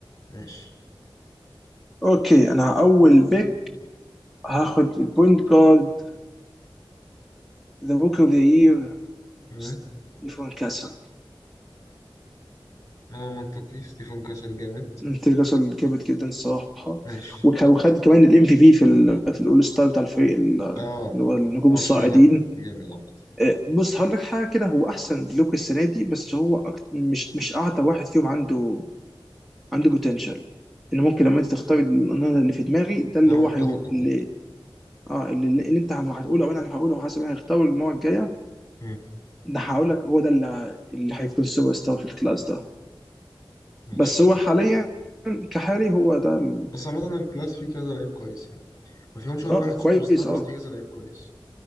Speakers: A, on the left (about 35°); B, in the centre.
A: ماشي
B: اوكي انا اول بيك هاخد البوينت جارد ذا بوك اوف ذا يير
A: امم
B: ستيفن كاسل
A: اه منطقي ستيفن كاسل جامد
B: ستيفن كاسل جامد جدا الصراحه
A: ماشي
B: وك- وخد كمان الام في في في ال في الاول ستار بتاع الفريق ال-
A: اه
B: اللي هو النجوم
A: الماتش
B: الصاعدين
A: ده كان جامد عامة
B: إيه، بص هقول لك حاجه كده هو احسن لوك السنه دي بس هو أكت... مش مش اعتى واحد فيهم عنده عنده بوتنشال ان ممكن لما انت تختار النهر اللي في دماغي ده اللي
A: انا
B: هو
A: متفق
B: هيو...
A: عامة
B: اللي اه اللي, اللي انت هتقوله او انا اللي هقوله حسب انا هختاره المره الجايه
A: مم.
B: ده هقول لك هو ده اللي اللي هيكون سوبر ستار في الكلاس ده
A: ماشي
B: بس هو حاليا كحالي هو ده ال-
A: بس عامة الكلاس فيه كذا لعيب كويس يعني ما فيهمش ولا
B: اه
A: واحد
B: كويس
A: سوبر ستار
B: اه
A: بس فيه كذا لعيب كويس